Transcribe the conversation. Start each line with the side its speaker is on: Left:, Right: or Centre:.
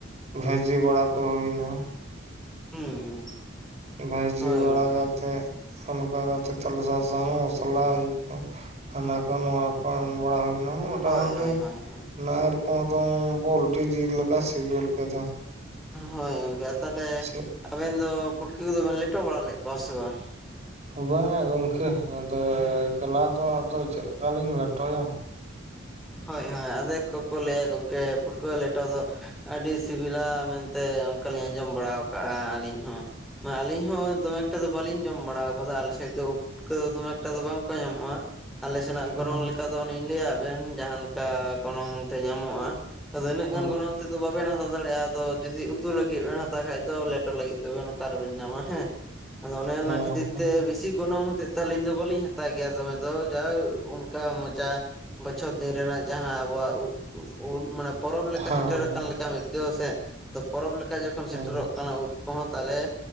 Right: ᱵᱷᱟᱹᱡᱤ ᱵᱟᱲᱟ ᱠᱚ ᱦᱩᱭᱱᱟ᱾
Centre: ᱦᱩᱸ ᱦᱩᱸ᱾
Right: ᱵᱷᱟᱭᱡᱤ
Centre: ᱦᱳᱭ
Right: ᱵᱟᱲᱟ
Centre: ᱜᱚᱝᱠᱮ
Right: ᱠᱟᱛᱮ, ᱚᱱᱠᱟ ᱠᱟᱛᱮ ᱛᱟᱞᱦᱮ ᱥᱟᱥᱟᱝ, ᱢᱚᱥᱞᱟ ᱦᱟᱱᱟ ᱠᱚ ᱱᱚᱣᱟ ᱠᱚ ᱮᱢ ᱵᱟᱲᱟ ᱦᱩᱭᱱᱟ, ᱢᱳᱴᱟᱢᱩᱴᱤ
Centre: ᱦᱳᱭ ᱦᱳᱭ ᱦᱳᱭ ᱦᱳᱭ
Right: ᱚᱱᱟ ᱮᱨᱚᱠᱚᱢ ᱫᱚ ᱵᱳᱞᱴᱤ ᱡᱤᱞ ᱞᱮᱠᱟ ᱥᱤᱵᱤᱞ ᱠᱮᱫᱟ᱾
Centre: ᱦᱳᱭ ᱜᱚᱢᱠᱮ, ᱛᱟᱦᱞᱮ
Right: ᱪᱮᱫ
Centre: ᱟᱵᱮᱱ ᱫᱚ ᱯᱩᱴᱠᱤ ᱠᱚᱫᱚ ᱵᱮᱱ ᱞᱮᱴᱚ ᱵᱟᱲᱟ ᱞᱮᱫ ᱠᱚᱣᱟ ᱥᱮ ᱵᱟᱝ?
Right: ᱵᱟᱝᱼᱟ ᱜᱚᱝᱠᱮ, ᱟᱫᱚ ᱮᱠᱚᱞᱟ ᱫᱚ ᱟᱫᱚ ᱪᱮᱫ ᱞᱮᱠᱟ ᱞᱤᱧ ᱞᱮᱴᱚᱭᱟ?
Centre: ᱦᱳᱭ ᱦᱳᱭ ᱟᱫᱮ ᱜᱚᱢᱠᱮ ᱯᱩᱴᱠᱟᱹ ᱞᱮᱴᱚ ᱫᱚ ᱟᱹᱰᱤ ᱥᱤᱵᱤᱞᱟ ᱢᱮᱱᱛᱮ ᱚᱱᱠᱟ ᱞᱤᱧ ᱟᱸᱡᱚᱢ ᱵᱟᱲᱟ ᱟᱠᱟᱜᱼᱟ, ᱟᱹᱞᱤᱧ ᱦᱚᱸ᱾ ᱵᱟ ᱟᱞᱤᱧ ᱦᱚ ᱫᱚᱢᱮ ᱮᱠᱴᱟ ᱫᱚ ᱵᱟᱹᱞᱤᱧ ᱡᱚᱢ ᱵᱟᱲᱟᱣ ᱠᱟᱫᱟ ᱟᱞᱮ ᱥᱮᱫ ᱫᱚ ᱳᱴ ᱯᱩᱴᱠᱟᱹ ᱫᱚ ᱫᱚᱢᱮ ᱮᱠᱴᱟ ᱫᱚ ᱵᱟᱝᱠᱚ ᱧᱟᱢᱚᱜᱼᱟ ᱟᱞᱮ ᱥᱮᱱᱟᱜ
Right: ᱦᱚᱸ
Centre: ᱜᱚᱱᱚᱝ ᱞᱮᱠᱟ ᱫᱚ ᱚᱱᱮᱧ ᱞᱟᱹᱭᱟᱫ ᱵᱮᱱ ᱡᱟᱦᱟᱸ ᱞᱮᱠᱟ ᱜᱚᱱᱚᱝ ᱛᱮ ᱧᱟᱢᱚᱜᱼᱟᱼᱺ ᱟᱫᱚ ᱤᱱᱟᱹᱜ
Right: ᱦᱚᱸ
Centre: ᱜᱟᱱ ᱜᱚᱱᱚᱝᱼᱼ ᱛᱮᱫᱚ ᱵᱟᱵᱮᱱ ᱦᱟᱛᱟᱣ ᱫᱟᱲᱮᱭᱟᱜᱼᱟ ᱟᱫᱚ ᱡᱩᱫᱤ ᱩᱛᱩ ᱞᱟᱜᱤᱫ ᱵᱤᱱ ᱦᱟᱛᱟᱣ ᱠᱷᱟᱡ ᱫᱚ ᱞᱮᱴᱚ ᱞᱟᱹᱜᱤᱫ ᱫᱚᱵᱮᱱ ᱚᱠᱟᱨ ᱨᱮᱵᱮᱱ ᱧᱟᱢᱟ ᱦᱮᱸ᱾ ᱟᱫᱚ ᱚᱸᱱᱮ
Right: ᱦᱚᱸ
Centre: ᱚᱱᱟ ᱠᱷᱟᱹᱛᱤᱨ
Right: ᱦᱚᱸ
Centre: ᱛᱮ ᱵᱤᱥᱤ ᱜᱚᱱᱚᱝ ᱦᱚᱛᱮᱡ ᱛᱮ ᱟᱞᱤᱧ ᱫᱚ ᱵᱟᱞᱤᱧ ᱦᱟᱛᱟᱣ ᱜᱮᱭᱟ ᱜᱮᱭᱟ ᱫᱚᱢᱮ ᱫᱚ ᱡᱟ ᱚᱱᱠᱟ ᱢᱚᱪᱟᱼᱼ ᱵᱚᱪᱷᱚᱨ ᱫᱤᱱ ᱨᱮᱱᱟᱜ ᱡᱟᱦᱟᱸ ᱟᱵᱚᱣᱟᱜ ᱩᱫ ᱩᱫ ᱢᱟᱱᱮ ᱯᱚᱨᱚᱵᱽ ᱞᱮᱠᱟ
Right: ᱦᱚᱸ
Centre: ᱥᱮᱴᱮᱨ ᱟᱠᱟᱱ ᱞᱮᱠᱟᱼᱼ ᱠᱟᱹᱣᱟ ᱥᱮ ᱛᱚ ᱯᱚᱨᱚᱵᱽ ᱞᱮᱠᱟ ᱡᱚᱠᱷᱚᱱ
Right: ᱦᱚᱸ
Centre: ᱥᱮᱴᱮᱨᱚᱜ ᱠᱟᱱᱟ ᱩᱫ ᱠᱚᱦᱚᱸ ᱛᱟᱦᱞᱮᱼᱼ